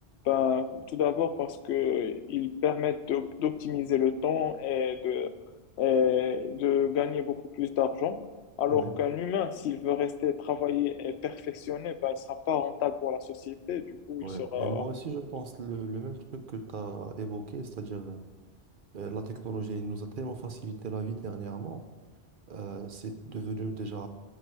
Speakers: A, on the left; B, on the right.
A: Ben, tout d'abord parce que ils permettent d'op- d'optimiser le temps et de, et de gagner beaucoup plus d'argent. Alors
B: Oui,
A: qu'un humain, s'il veut rester travailler et perfectionner, ben, il sera pas rentable pour la société. Du coup,
B: oui.
A: il sera,
B: Et moi aussi, je pense le, le même truc que tu as évoqué, c'est-à-dire euh, la technologie elle nous a tellement facilité la vie dernièrement Euh, c'est devenu déjà